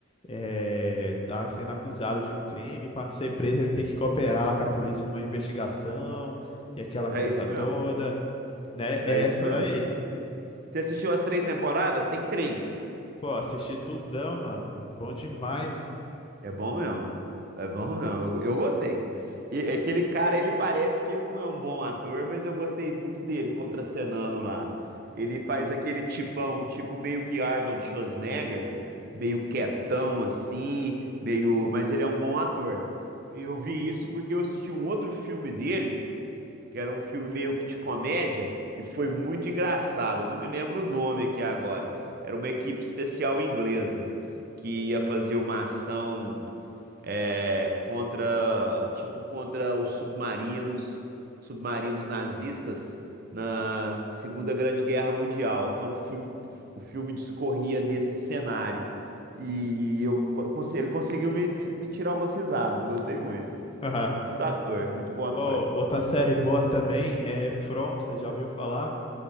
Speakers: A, on the left; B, on the right.
A: é, tá sendo acusado de um crime, para não ser preso, ele tem que cooperar lá com a polícia numa investigação, e aquela
B: É
A: coisa
B: isso
A: toda,
B: mesmo.
A: né? É
B: É isso
A: essa
B: mesmo.
A: daí.
B: Você assistiu as três temporadas? Tem três.
A: Pô, assisti tudão, mano, bom demais.
B: É bom mesmo. É bom mesmo. Eu, eu gostei. E aquele cara, ele parece que ele não é um bom ator, mas eu gostei muito dele contracenando lá. Ele faz aquele tipão, tipo meio que Arnold Schwarzenegger, meio quietão assim, meio, mas ele é um bom ator. Eu vi isso porque eu assisti um outro filme dele, que era um filme meio que de comédia, e foi muito engraçado. Eu não me lembro o nome aqui agora. Era uma equipe especial inglesa que ia fazer uma ação é, contra, tipo, contra os submarinos, submarinos nazistas na Segunda Grande Guerra Mundial. Então o filme, o filme discorria nesse cenário. E eu, co- conse- ele conseguiu me, me- me tirar umas risadas, eu gostei muito.
A: <laughs>
B: Um puta ator, muito bom ator.
A: Pô, outra série boa também é From, você já ouviu falar?